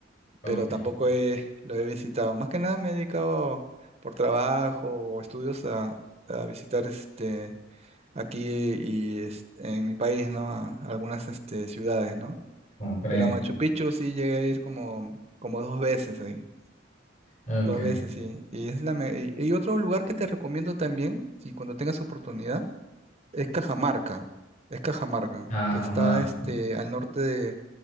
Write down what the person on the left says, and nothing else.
Ok,
comprendo.
Ok,
Cajamarca.